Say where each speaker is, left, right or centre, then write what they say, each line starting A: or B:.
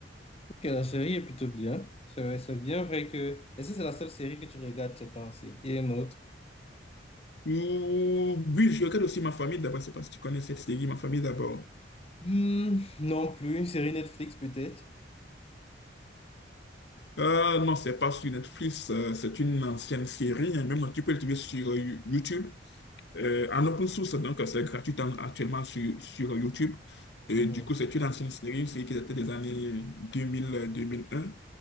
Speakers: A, on the left; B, on the left.
A: Ok, la série est plutôt bien. C'est c'est bien vrai que... Est-ce que c'est la seule série que tu regardes ces temps-ci? Et une autre?
B: Ou- oui, je regarde aussi Ma famille d'abord. Je sais pas si tu connais cette série, Ma famille d'abord.
A: Hmm, non plus. Une série Netflix peut-être?
B: Euh, non, c'est pas sur Netflix, euh, c'est une ancienne série. hein. Même tu peux le trouver sur euh, YouTube. Euh, en open source, donc c'est gratuit en- actuellement sur, sur YouTube. Et
A: Mhm.
B: du coup, c'est une ancienne série, une qui datait des années 2000-2001.